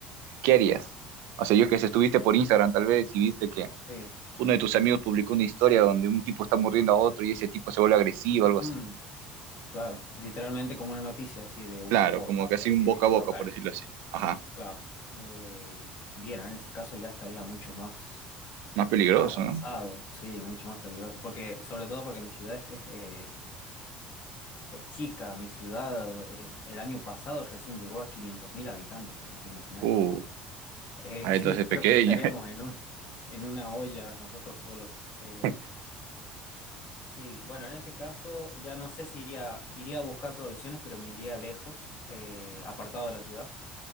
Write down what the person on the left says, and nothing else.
Sí.
Mm, claro. Literalmente como una noticia así de un
portal,
así
de
local.
Claro. Eh, bien, en ese caso ya estaría mucho más
avanzado,
sí, mucho más peligroso. Porque, sobre todo porque mi ciudad es, Es chica, mi ciudad eh, el año pasado recién llegó a 500.000 habitantes, así que imagínate.
Eh,
<laughs>
creo que estaríamos en un, en una olla nosotros solos. Eh,
sí, bueno, en ese caso ya no sé si iría, iría a buscar provisiones, pero me iría lejos, eh, apartado de la ciudad.